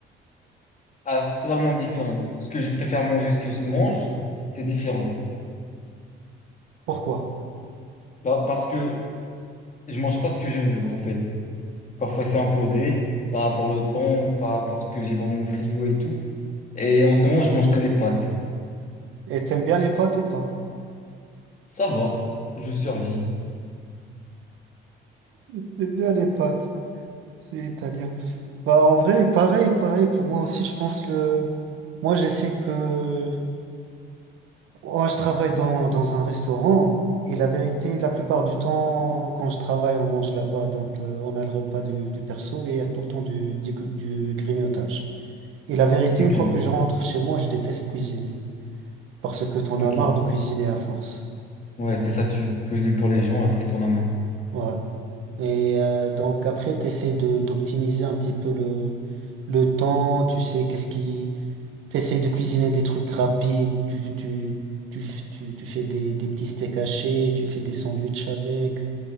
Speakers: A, on the left (about 35°); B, on the right (about 80°).
A: alors c'est totalement différent. Ce que je préfère manger, ce que je mange, c'est différent.
B: Pourquoi?
A: Bah, Parce que je mange pas ce que je veux en fait. Parfois c'est imposé par rapport au temps, par rapport à ce que j'ai dans mon frigo et tout. Et en ce moment, je mange que des pâtes.
B: Et t'aimes bien les pâtes ou pas?
A: Ça va, je survis.
B: J'aime bien les pâtes, c'est italien. Bah en vrai, pareil, pareil, pour moi aussi, je pense le... Moi j'essaie que... Ouais, je travaille dans, dans un restaurant et la vérité, la plupart du temps, quand je travaille, on mange là-bas. Donc, euh, on a le repas du, du perso et il y a tout le temps du, du, gr- du grignotage. Et la vérité,
A: Ok,
B: une fois que je rentre chez moi, je déteste cuisiner parce que t'en
A: ok.
B: as marre de cuisiner à force.
A: Ouais, c'est ça, tu cuisines pour les gens, après t'en as marre.
B: Ouais. Et euh, donc, après, t'essayes de, d'optimiser un petit peu le, le temps. Tu sais, qu'est-ce qui. T'essayes de cuisiner des trucs rapides. Tu, tu, tu, tu, tu, tu fais des, des petits steaks hachés, tu fais des sandwichs avec.